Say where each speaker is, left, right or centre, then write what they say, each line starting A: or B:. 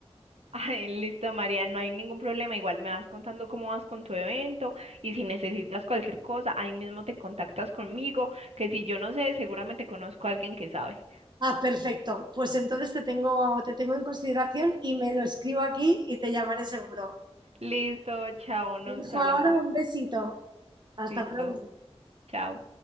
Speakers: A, on the right; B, on the right.
A: Ay, listo, María, no hay ningún problema. Igual me vas contando cómo vas con tu evento y si necesitas cualquier cosa, ahí mismo te contactas conmigo, que si yo no sé, seguramente conozco a alguien que sabe.
B: Ah, perfecto. Pues entonces te tengo, te tengo en consideración y me lo escribo aquí y te llamaré seguro.
A: Listo, chao, nos
B: Te
A: hablamos.
B: ahora un besito. Hasta
A: Listo,
B: pronto.
A: chao.